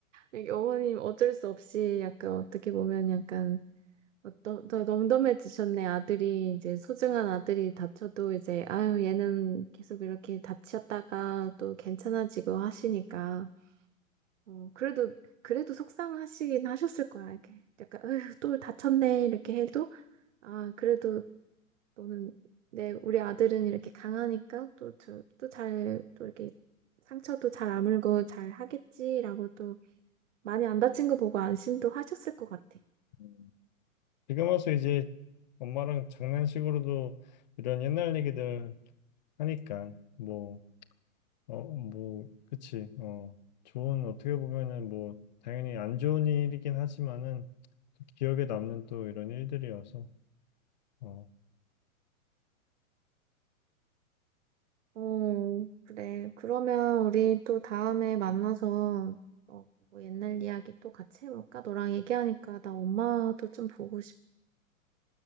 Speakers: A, on the right (about 60°); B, on the left (about 30°).
A: 여기 어머님 어쩔 수 없이 약간 어떻게 보면 약간 어, 너, 너 덤덤해지셨네. 아들이, 이제 소중한 아들이 다쳐도 이제, 아유, 얘는 계속 이렇게 다치셨다가 또 괜찮아지고 하시니까. 어, 그래도, 그래도 속상하시긴 하셨을 거야. 이렇게 약간, 아유, 또 다쳤네. 이렇게 해도, 아, 그래도 너는, 내, 우리 아들은 이렇게 강하니까 또, 저, 또 잘, 또 이렇게 상처도 잘 아물고 잘 하겠지라고 또 많이 안 다친 거 보고 안심도 하셨을 것 같아.
B: 음. 지금 와서 이제 엄마랑 장난식으로도 이런 옛날 얘기들 하니까 뭐, 어, 뭐, 그치. 어, 좋은 어떻게 보면은 뭐 당연히 안 좋은 일이긴 하지만은 기억에 남는 또 이런 일들이어서. 어,
A: 어, 그래. 그러면 우리 또 다음에 만나서 어, 뭐 옛날 이야기 또 같이 해볼까? 너랑 얘기하니까 나 엄마도 좀 보고 싶.